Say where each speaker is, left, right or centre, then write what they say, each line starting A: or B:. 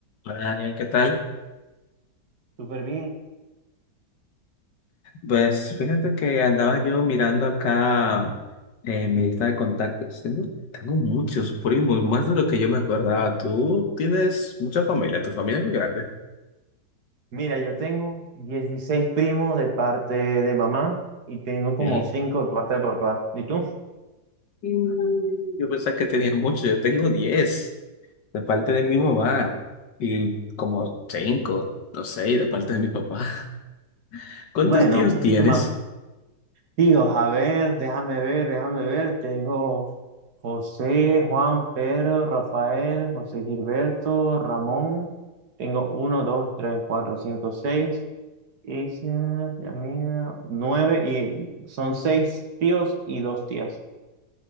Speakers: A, on the left; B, on the right.
A: Hola Daniel, ¿qué tal?
B: Súper bien.
A: Pues fíjate que andaba yo mirando acá en mi lista de contactos. Tengo, tengo muchos primos, más de lo que yo me acordaba. Tú tienes mucha familia, tu familia es muy grande.
B: Mira, yo tengo 16 primos de parte de mamá y tengo como
A: Sí.
B: 5 de parte de papá. ¿Y tú?
A: Mm, Yo pensaba que tenía mucho, yo tengo diez. de parte de mi mamá y como 5, no seis. de parte de mi papá. <laughs> ¿Cuántos
B: Bueno,
A: tíos
B: un poquito
A: tienes?
B: más. Tíos, a ver, déjame ver, déjame ver. Tengo José, Juan, Pedro, Rafael, José Gilberto, Ramón. Tengo uno, dos, tres, cuatro, cinco, seis. Ella, la mía, nueve y son seis tíos y dos tías.